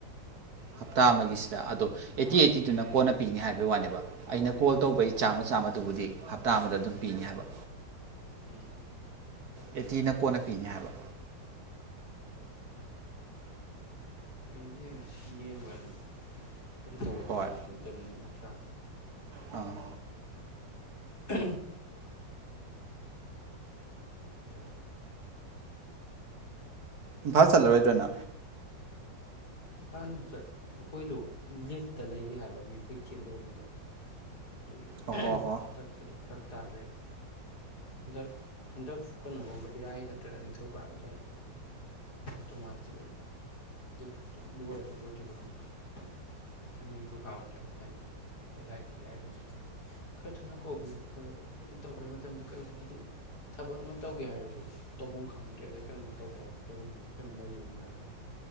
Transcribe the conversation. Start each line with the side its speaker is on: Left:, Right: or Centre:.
Right: ꯍꯞꯇꯥ ꯑꯃꯒꯤꯁꯤꯗ ꯑꯗꯣ ꯑꯩꯠꯇꯤ ꯑꯩꯠꯇꯤꯗꯨꯅ ꯀꯣꯟꯅ ꯄꯤꯅꯤ ꯍꯥꯏꯕꯒꯤ ꯋꯥꯅꯦꯕ ꯑꯩꯅ ꯀꯣꯜ ꯇꯧꯕꯩ
Left: ꯎꯝ
Right: ꯆꯥꯝꯃ ꯆꯥꯝꯃꯗꯨꯕꯨꯗꯤ ꯍꯞꯇꯥ ꯑꯃꯗ ꯑꯗꯨꯝ ꯄꯤꯅꯤ ꯍꯥꯏꯕ
Left: ꯎꯝ
Right: ꯑꯦꯇꯤꯅ ꯀꯣꯟꯅ ꯄꯤꯅꯤ ꯍꯥꯏꯕ
Left: ꯑꯩ ꯌꯦꯡꯉꯁꯤ ꯌꯦꯡꯕꯗꯅ ꯀꯩꯁꯨ ꯇꯧꯕ ꯊꯕꯁꯨ
Right: ꯍꯣꯏ
Left: ꯅꯠꯇꯕꯅꯤꯅ ꯑ ꯇ꯭ꯔꯥ
Right: ꯑꯥ
Left: ꯎ ꯌꯦꯇ
Right: ꯏꯝꯐꯥ ꯆꯠꯂꯔꯣꯏꯗꯣꯏꯅ
Left: ꯏꯝꯐꯥꯜꯗꯨꯠ ꯑꯩꯈꯣꯏꯗꯣ ꯂꯤꯐꯇ ꯂꯩꯒꯦ ꯍꯥꯏꯕ ꯃꯤ ꯑꯩꯈꯣꯏ ꯆꯦꯟꯗꯧꯕ ꯃꯤꯗꯣ ꯑꯗꯨꯒꯤ
Right: ꯑꯣ ꯍꯣ ꯍꯣ
Left: ꯆꯠꯄꯗ ꯐꯔꯛ ꯇꯥꯗꯔꯤꯅꯤ ꯍꯟꯗꯛ ꯍꯟꯗꯛ ꯀꯩꯅꯣꯒꯨꯝꯕ ꯏꯔꯥꯏ ꯅꯠꯇ꯭ꯔꯒ ꯅꯤꯡꯊꯧꯀꯥꯕꯗꯣ ꯇꯣꯥꯆ ꯑꯗꯨ ꯂꯣꯏꯦꯕ ꯂꯣꯏꯗ꯭ꯔꯤꯕ ꯍꯪꯒ ꯃꯊꯪꯒꯤ ꯊꯧꯀꯥꯕ ꯅꯇ꯭ꯔ ꯃꯊꯪ ꯂꯥꯏꯁꯤ ꯏꯔꯥꯏ ꯑꯃꯨꯛ ꯆꯠꯀꯅꯤ ꯈꯔ ꯊꯨꯅ ꯀꯧꯕꯤꯔꯨꯗꯤ ꯐꯗꯣ ꯑꯗꯨꯝ ꯇꯧꯈ꯭ꯔꯦ ꯃꯇꯝꯁꯤꯦ ꯀꯔꯤꯒꯤꯅꯣ ꯍꯥꯏꯗꯤ ꯊꯕꯛ ꯑꯃ ꯇꯧꯒꯦ ꯍꯥꯏꯔꯁꯨ ꯇꯧꯐꯝ ꯈꯪꯗ꯭ꯔꯦ ꯑꯗꯩ ꯀꯩꯅꯣꯝ ꯇꯧꯒꯦ ꯍꯥꯏꯔꯁꯨ ꯇꯧꯐꯝ ꯈꯪꯗ꯭ꯔꯦ ꯑꯩꯈꯣꯏꯅ ꯂꯩꯔꯤꯕꯅꯤꯅ ꯍꯥꯟꯅ